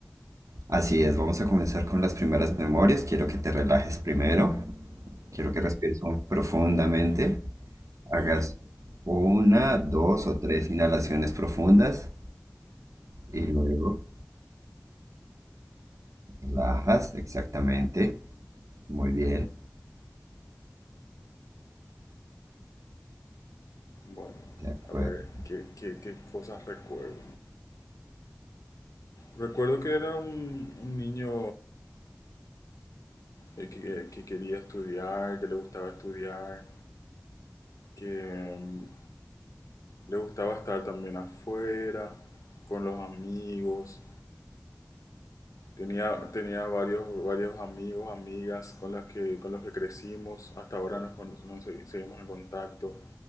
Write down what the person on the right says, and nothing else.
Así es, vamos a comenzar con las primeras memorias. Quiero que te relajes primero. Quiero que respires un- profundamente. Hagas una, dos o tres inhalaciones profundas y luego... Relajas, exactamente. Muy bien,
de acuerdo.